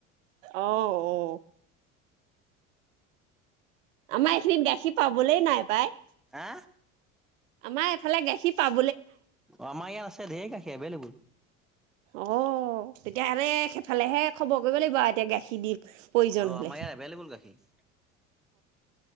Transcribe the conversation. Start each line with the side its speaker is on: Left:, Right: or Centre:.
Right: অ অঔ আমাৰ এইখিনিত গাখীৰ পাবলে নাই পাই
Centre: হা
Right: আমাৰ এফালে গাখীৰ পাব
Centre: অমাৰ ই আছে ঢেৰ কাষে এভেইলেবল
Right: অ তেতিয়াাৰে খ ফালেহে খবৰ কৰিব লাগিব আৰু এতিয়া গাখীৰ দি প্ৰয়োজন
Centre: অ
Right: হ'লে
Centre: আমাৰ ইয়াত এভেইলেবল গাখীৰ